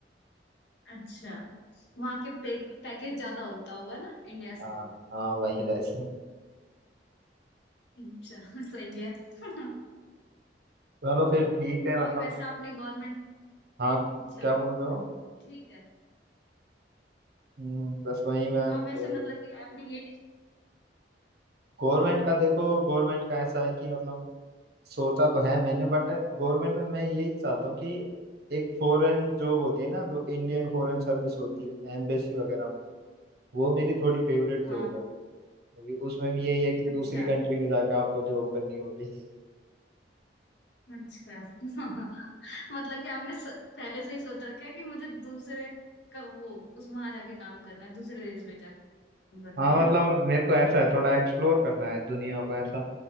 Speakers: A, on the left; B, on the right.
A: अच्छा वहाँ के पैकेज ज्यादा होता होगा ना इंडिया
B: हाँ
A: से
B: हाँ वही वैसे
A: अच्छा <laughs> सही है <laughs>
B: चलो फिर ठीक है मतलब
A: और वैसे आपने गवर्नमेंट
B: हाँ
A: अच्छा
B: क्या बोल रहे हो
A: ठीक है
B: हम्म, बस वही मैं
A: आप वैसे
B: बोल
A: मतलब कि आपने ये नहीं
B: गवर्नमेंट का देखो गवर्नमेंट का ऐसा है कि मतलब सोचा तो है मैंने बट गवर्नमेंट में मैं यही चाहता हूँ कि एक फॉरेन जॉब होती है ना जो इंडियन फॉरेन सर्विस होती है एम्बेसी वगैरह में वो मेरी थोड़ी फेवरेट
A: हाँ
B: जॉब है क्योंकि उसमें भी यही है कि दूसरी
A: अच्छा
B: कंट्री में जाके आपको जॉब करनी होगी
A: अच्छा <laughs> मतलब कि आपने स, पहले से ही सोच रखा है कि मुझे दूसरे का वो उस वहां जाके काम करना है दूसरे देश में जाके काम करना
B: हाँ
A: है है
B: मतलब
A: ना
B: मेरे को ऐसा है थोड़ा एक्सप्लोर करना है दुनिया को ऐसा